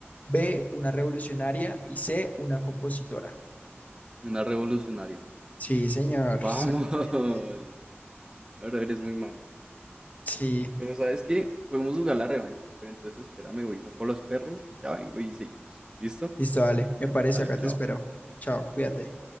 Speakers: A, on the left (about 35°); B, on the right (about 15°).
A: B, una revolucionaria y C, una compositora.
B: Una revolucionaria.
A: Sí, señor,
B: Vamos.
A: exactamente.
B: <laughs> Ahora eres muy malo.
A: Sí,
B: Pero sabes que podemos jugar la revancha. Pero entonces espérame, voy, saco a los perros y ya vengo y seguimos. ¿Listo?
A: listo, dale. Me parece,
B: Dale,
A: acá
B: chao.
A: te espero. Chao, cuídate.